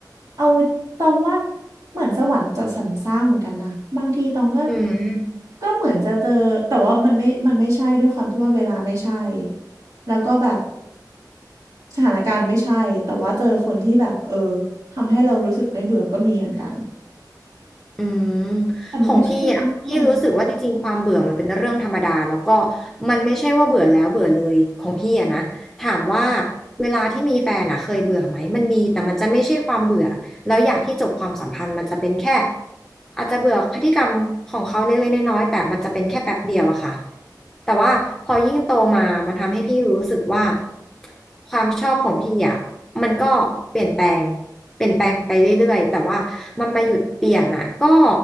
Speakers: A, on the right; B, in the centre.
A: เอาตองว่าเหมือนสวรรค์จัดสรรสร้างเหมือนกันนะบางทีตองก็
B: อืม
A: ก็เหมือนจะเจอแต่ว่ามันไม่มันไม่ใช่ด้วยความที่ว่าเวลาไม่ใช่แล้วก็แบบสถานการณ์ไม่ใช่แต่ว่าเจอคนที่แบบเออทำให้เรารู้สึกไม่เบื่อก็มีเหมือนกัน
B: อืม
A: แต่มันไม่ใช่ก็คือไม่ใช่อ่ะ
B: ของพี่อ่ะพี่รู้สึกว่าจริงๆความเบื่อมันเป็นเรื่องธรรมดาแล้วก็มันไม่ใช่ว่าเบื่อแล้วเบื่อเลยของพี่อ่ะนะถามว่าเวลาที่มีแฟนอ่ะเคยเบื่อไหมมันมีแต่มันจะไม่ใช่ความเบื่อ แล้วอยากที่จบความสัมพันธ์มันจะเป็นแค่อาจจะเบื่อพฤติกรรมของเขาเล็กๆน้อยๆแต่มันจะเป็นแค่แป๊บเดียวอะค่ะแต่ว่าพอยิ่งโตมามันทำให้พี่รู้สึกว่าความชอบของพี่อะมันก็เปลี่ยนแปลงเปลี่ยนแปลงไปเรื่อยๆแต่ว่ามันมาหยุดเปลี่ยนอะก็